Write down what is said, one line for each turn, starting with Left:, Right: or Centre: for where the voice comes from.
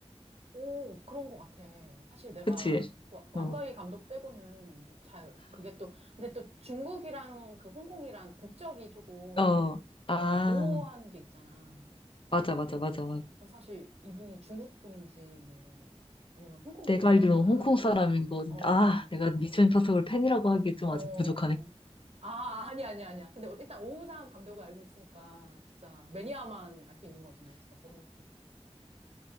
Right: 오, 그런 것 같아. 사실 내가
Left: 그치?
Right: 와- 왕가위
Left: 어,
Right: 감독 빼고는 잘, 그게 또, 근데 또 중국이랑 그 홍콩이랑 국적이 조금
Left: 어, 아,
Right: 뭔가 모호한 게 있잖아.
Left: 맞아, 맞아, 맞아. 맞아.
Right: 그래서 사실 이분이 중국 분인지 뭐, 아니면 홍콩
Left: 내가
Right: 분인지가,
Left: 알기로는 홍콩 사람인 거 같은데,
Right: 어,
Left: 아, 내가 미션 임파서블 팬이라고 하기에 좀
Right: 어,
Left: 아직 부족하네.
Right: 아, 아니, 아니, 아니야. 근데 일단 오우장 감독을 알고 있으니까 진짜 매니아만 알 수 있는 거지, 뭐, 진짜 그런 거.